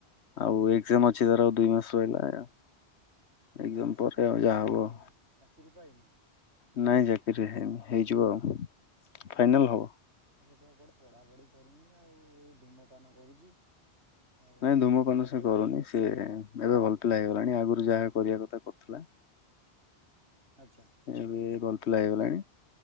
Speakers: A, on the left (about 80°); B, on the right (about 85°).
A: ଆଉ
B: ଆଚ୍ଛା
A: ଏଜାମ ଅଛି ତର ଆଉ ଦୁଇ ମାସ ରହିଲା। ଏକ୍ଜାମ
B: ଆଛା ସେ
A: ପରେ
B: ଚାକିରି
A: ଆଉ ଯାହା
B: ପାଇନି
A: ହବ।
B: ଚାକିରି ପାଇନି।
A: ନାଇଁ ଚାକିରି ହେଇନି ହେଇଯିବ ଆଉ। ଫାଇନାଲ
B: ହୁଁ ଆଉ
A: ହବ।
B: ସେଠା କୋଆଟେ ପଢା ପଢି କରୁନି ଆଉ ଏ ଧୂମପାନ କରୁଛି। ଆଉ
A: ନାଇଁ ଧୂମପାନ
B: ଶୁଣିବାକୁ
A: ସେ
B: ପାଇଛି
A: କରୁନି
B: ମୁଁ
A: ସିଏ ଏବେ ଭଲ ପିଲା ହେଇଗଲାଣି ଆଗରୁ ଯାହା କରିବା କଥା କରୁଥିଲା।
B: ଆଚ୍ଛା
A: ଏବେ ପିଲା ହେଇଗଲାଣି।